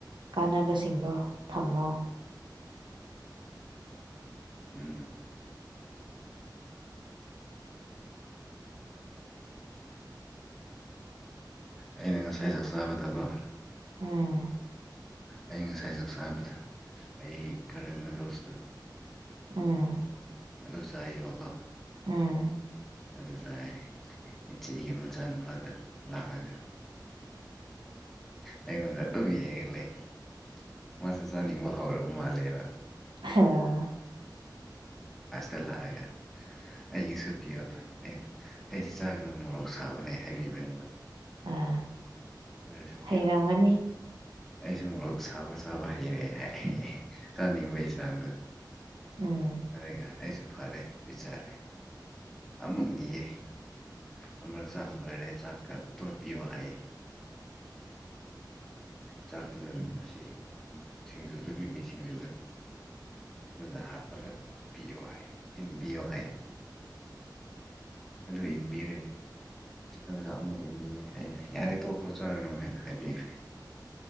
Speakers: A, on the right (about 85°); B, in the centre.
A: ꯀꯥꯟꯅꯕꯁꯤꯡꯗꯣ ꯊꯝꯃꯣ
B: ꯎꯝ ꯑꯩꯅ ꯉꯁꯥꯏ ꯆꯥꯛꯆꯥꯕꯗꯀꯣ
A: ꯎꯝ
B: ꯑꯩ ꯉꯁꯥꯏ ꯆꯥꯛ ꯆꯥꯕꯗ ꯑꯩ ꯀꯔꯟꯅ ꯗꯣꯁꯇꯣ
A: ꯎꯝ
B: ꯑꯗꯨ ꯁꯥꯏꯌꯦꯕꯀꯣ
A: ꯎꯝ
B: ꯑꯗꯨ ꯇꯥꯏ ꯏꯆꯦꯒꯤ ꯃꯆꯥꯅꯨꯄꯥꯒ ꯂꯥꯛꯑꯒ ꯑꯩꯉꯣꯟꯗ ꯇꯧꯕꯕꯤꯒꯦꯛ ꯂꯩ <unintelligible> ꯃꯥꯁ ꯆꯥꯅꯤꯡꯕ ꯍꯧꯥꯎꯔ ꯃꯥꯜꯂꯦꯕ
A: ꯍꯥ
B: ꯑꯁꯇ ꯂꯥꯛꯑꯥꯒꯥ ꯑꯩꯒꯤꯁꯨ ꯄꯤꯌꯣ ꯑꯩꯁꯨ ꯆꯥꯒꯅꯨ ꯃꯣꯔꯣꯛ ꯁꯥꯕꯅꯦ ꯍꯥꯏꯕꯤꯕ ꯑꯩꯅꯥ
A: ꯑꯥ
B: ꯁ ꯄꯌꯣ
A: ꯍꯩꯔꯝꯒꯅꯤ
B: ꯑꯩꯁꯨ ꯃꯣꯔꯣꯛ ꯁꯥꯕ ꯆꯕ ꯍꯩꯔꯦ ꯍꯥꯏ ꯆꯥꯅꯤꯡꯕꯒꯤ ꯆꯥꯡꯗ
A: ꯎꯝ
B: ꯑꯗꯨꯒ ꯑꯩꯁꯨ ꯐꯔꯦ ꯄꯤꯖꯔꯦ ꯑꯃꯨꯛ ꯅꯤꯌꯦ ꯑꯃꯛ ꯆꯥꯛꯕ ꯂꯣꯏꯔꯦ ꯆꯥꯛꯀ ꯇꯣꯠꯄꯤꯌꯣ ꯍꯥꯏꯌꯦ ꯆꯥꯛ ꯇꯨꯂꯟ ꯑꯁꯤ ꯁꯤꯡꯖꯨꯗꯅꯤ ꯁꯤꯡꯖꯨꯗ ꯑꯗꯨꯗ ꯍꯥꯞꯄꯒꯄꯤꯌꯣ ꯍꯥꯏ ꯆꯤꯟꯕꯤꯌꯣ ꯍꯥꯏ ꯑꯗꯨ ꯏꯟꯕꯤꯔꯦ ꯑꯗꯨꯒ ꯑꯃꯨꯛ ꯏꯟꯕꯤꯌꯦ ꯑꯩꯅ ꯌꯥꯔꯦ ꯇꯣꯛꯈ꯭ꯔꯣ ꯆꯥꯔꯅ ꯍꯥꯏꯅ ꯍꯥꯏꯕꯤꯈ꯭ꯔꯦ